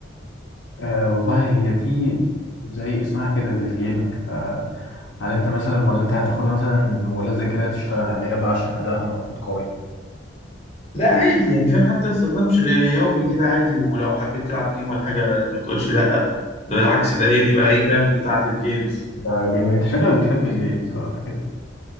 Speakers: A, on the left; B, on the left.
A: آه، والله هي دي زي اسمها كده للجيمنج فهل انت مثلا ولا انت هتاخدها مثلا الموبايلات زي كده تشتغل عليها بقى عشان ادائها المفروض قوي
B: لا عادي يعني فاهم حتى استخدام ش- يومي كده عادي ولو حبيت تلعب جيم ولا حاجة ما تقولش لا ده بالعكس ده هي دي بقى ايه فاهم بتاعة الجيمز
A: ده جيمنج انت شكلك بتحب الجيمز بقى على كده